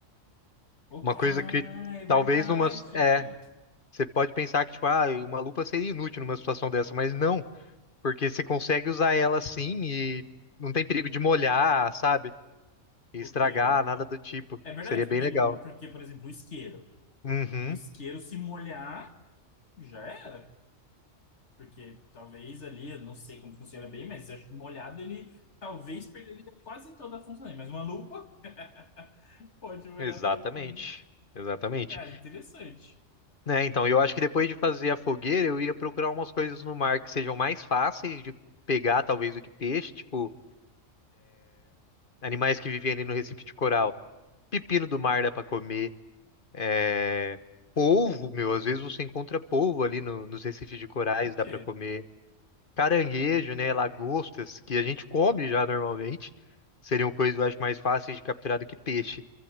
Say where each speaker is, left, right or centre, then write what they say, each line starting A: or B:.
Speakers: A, on the left (about 60°); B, on the left (about 40°).
A: Ok.
B: Uma coisa
A: Ah,
B: que
A: é verdade.
B: talvez numa. É, você pode pensar que, tipo, ah, uma lupa seria inútil numa situação dessa, mas não, porque você consegue usar ela assim e não tem perigo de molhar, sabe? e
A: Ok.
B: estragar, nada do tipo.
A: É verdade,
B: Seria bem
A: porque,
B: legal.
A: porque, por exemplo, o isqueiro.
B: Uhum,
A: Um isqueiro se molhar, já era. Porque talvez ali, eu não sei como funciona bem, mas acho que molhado ele talvez perderia quase toda a função. dele. Mas uma lupa <laughs> pode molhar
B: exatamente.
A: tranquilo.
B: Exatamente.
A: Cara, interessante.
B: Né, então, eu acho que depois de fazer a fogueira, eu ia procurar umas coisas no mar que sejam mais fáceis de pegar, talvez, do que peixe, tipo, animais que vivem ali no Recife de Coral. Pepino do mar dá pra comer. É... Polvo, meu, às vezes você encontra polvo ali no- nos recifes de corais,
A: Ok.
B: dá pra comer. Caranguejo, né, lagostas, que a gente come já normalmente, seriam coisas, eu acho, mais fáceis de capturar do que peixe.